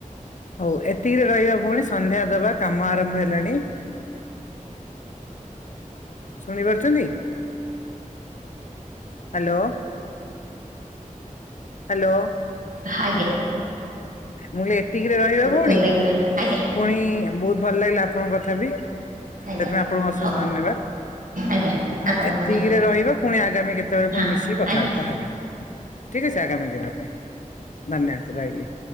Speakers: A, on the left (about 60°); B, on the right (about 70°).
A: ହଉ ଏତିକିରେ ରହିବା ଭୋଣୀ ସନ୍ଧ୍ୟା ଦବା କାମ ଆରମ୍ଭ ହେଲାଣି। ଶୁଣିପାରୁଚନ୍ତି? ହାଲୋ। ହାଲୋ।
B: ହାଜ୍ଞା
A: ମୁଁ କୀଲି ଏତିକିରେ ରହିବା ଭଉଣୀ
B: ଭଲ ଲାଗିଲା ଆଜ୍ଞା
A: ପୁଣି ବହୁତ ଭଲ ଲାଗିଲା ଆପଣଙ୍କ କଥା ବି ସେଥିପାଇଁ
B: ଆଜ୍ଞା
A: ଆପଣଙ୍କୁ ଅଶେଷ
B: ହଉ
A: ଧନ୍ୟବାଦ।
B: ଆଜ୍ଞା। ଆପଣଙ୍କୁ
A: ଆ ଏତିକିରେ
B: ମଧ୍ୟ
A: ରହିବା ପୁଣି ଆଗାମୀ କେତେବେଳେ
B: ହଁ
A: ପୁଣି ମିଶିକି କଥାବାର୍ତ୍ତା
B: ଆଜ୍ଞା
A: ହବା। ଠିକ୍ ଅଛି ଆଗାମୀ ଦିନ ପାଇଁ ଧନ୍ୟବାଦ ରହିଲି।